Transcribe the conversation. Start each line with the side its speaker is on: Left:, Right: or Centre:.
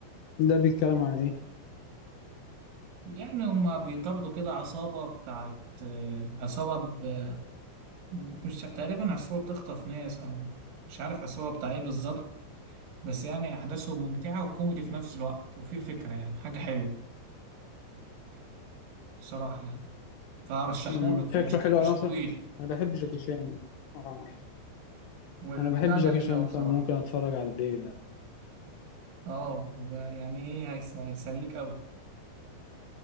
Left: ده بيتكلم عن ايه
Right: يعني هما بيطاردوا كده عصابة بتاعت آه، عصابة ب... مش تقريبا عصابة بتخطف ناس او مش عارف عصابة بتاع ايه بالظبط بس يعني احداثه ممتعة وكوميدي في نفس الوقت وفي فكرة يعني حاجة حلوة بصراحة يعني فارشحهولك
Left: مم، شكله
Right: ومش ك...
Left: حلو
Right: مش
Left: على نصر
Right: طويل
Left: انا بحب جاكي شان اه
Right: والبتاع
Left: انا بحب جاكي
Right: جميل
Left: شان
Right: اوي بصراحة
Left: فممكن اتفرج عليه ده
Right: اه وب- يعني ايه هيس- هيسليك اوي